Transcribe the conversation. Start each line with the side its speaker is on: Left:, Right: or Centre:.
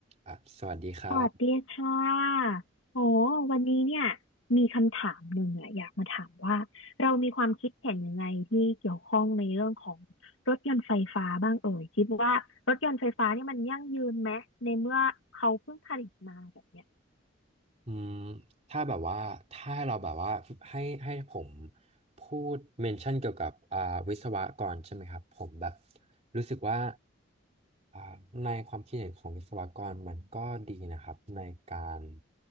Right: อ่ะสวัสดีครับ
Left: สวัสดีค่ะโอ้วันนี้เนี่ยมีคำถามหนึ่งอะอยากมาถามว่าเรามีความคิดเห็นยังไงที่เกี่ยวข้องในเรื่องของรถยนต์ไฟฟ้าบ้างเอ่ยคิดว่ารถยนต์ไฟฟ้าเนี่ยมันยั่งยืนไหมในเมื่อเขาเพิ่งผลิตมาแบบเนี้ย
Right: อืมถ้าแบบว่าถ้าเราแบบว่าให้ให้ผมพูดเมนชั่นเกี่ยวกับอ่าวิศวะก่อนใช่ไหมครับผมแบบรู้สึกว่าอ่าในความคิดเห็นของวิศวกรมันก็ดีนะครับในการ